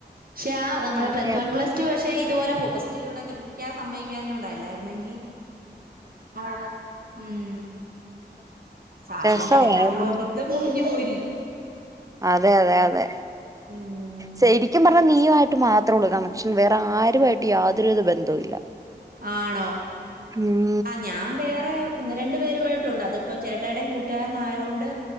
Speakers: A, on the right; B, on the right.
A: ക്ഷെ ആ നമ്മളെ
B: അതെ
A: പ്ലസ് വൺ
B: അതെ
A: പ്ലസ്ടു പക്ഷേ ഇതുപോലെ ഹോസ്റ്റല് ഇവിടെ <unintelligible> സമ്മയിക്കാഞ്ഞോണ്ട അല്ലായിരുന്നെങ്കിൽ ആഹ് ടാ ഉം സാരോല്ല
B: രസമായിരുന്നു
A: എന്നാലും ആ ബന്ധം മുറിഞ്ഞ് പോയി
B: അതെ അതെ അതെ
A: ഉം
B: ശരിക്കും പറഞ്ഞ നീ നീയുവായിട്ട് മാത്രള്ളൂ കണക്ഷൻ വേറെ ആരുവായിട്ട് യാതൊരു വിധ ബന്ധോ ഇല്ല
A: ആണോ
B: ഉം
A: ആഹ് ഞാൻ വേറെ രണ്ടു പേരുവായിട്ടുണ്ട് അതിപ്പം ചേട്ടായിടേം കൂട്ടുകാരനയൊണ്ട്